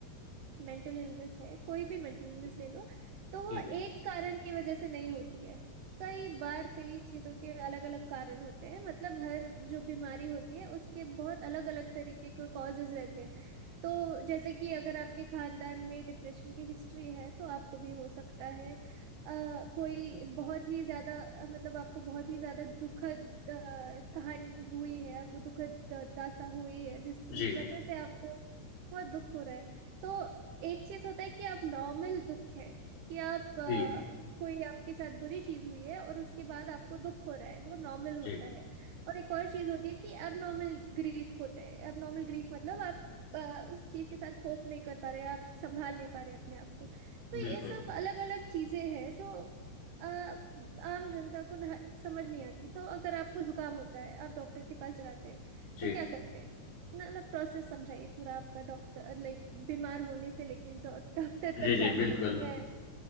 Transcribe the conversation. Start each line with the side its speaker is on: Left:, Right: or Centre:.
Right: मेंटल इलनेस है कोई भी मेंटल इलनेस
Left: जी
Right: ले लो तो वो
Left: जी जी
Right: एक कारण की वजह से नहीं होती है कई बार कई चीज़ों के अलग अलग कारण होते हैं मतलब हर जो बीमारी होती है उसके बहुत अलग अलग तरीके के कॉजेज रहते हैं तो जैसे कि अगर आपके खानदान में डिप्रेशन की हिस्ट्री है तो आपको भी हो सकता है अ, कोई बहुत ही ज्यादा अ, मतलब आपको बहुत ही ज्यादा दुखद अ, कहानी हुई है आपको दुखद अ, दास्तां हुई है जिसकी
Left: जी
Right: वजह से आपको बहुत दुख हो रहा है तो एक चीज होता है कि आप नॉर्मल दुख है कि आप अ,
Left: जी
Right: कोई आपके साथ बुरी चीज हुई है और उसके बाद आपको दुख हो रहा है वो नॉर्मल होता
Left: जी जी,
Right: है और एक और चीज होती है कि अब नॉर्मल ग्रीफ होता है अब नॉर्मल ग्रीफ मतलब आप अ, उस चीज के साथ कोप नहीं कर पा रहे आप संभाल नहीं पा रहे अपने आप को तो
Left: बिल्कुल
Right: ये सब अलग अलग चीजें हैं जो अ, आम जनता को ना समझ नहीं आती तो अगर आपको जुकाम होता है आप डॉक्टर के पास जाते हैं
Left: जी
Right: तो क्या करते हैं ना ना प्रोसेस समझाइए पूरा आपका डॉक्टर लाइक बीमार होने से लेकिन डॉ- डॉक्टर
Left: जी
Right: तक
Left: जी
Right: जाने
Left: बिल्कुल
Right: तक मैं